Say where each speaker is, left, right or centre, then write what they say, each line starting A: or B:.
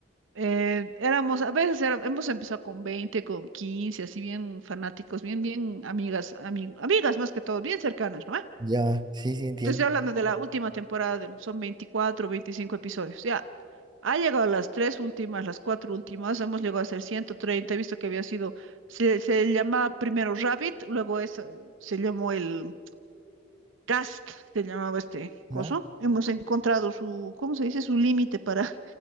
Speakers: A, on the right; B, on the right.
A: Eh, éramos, a veces era- hemos empezado con 20 con 15 así bien fanáticos, bien, bien amigas, ami- amigas más que todo, bien cercanas, ¿no?
B: ya, sí, sí, entiendo.
A: Te estoy hablando de la última temporada, del- son 24 25 episodios, ya. Ha llegado las tres últimas, las cuatro últimas, hemos llegado a ser 130, he visto que había sido, se, se llamaba primero Rabbit, luego es, eh, se llamó el, Cast se llamaba este
B: Ajá,
A: coso. Hemos encontrado su, ¿cómo se dice? Su límite para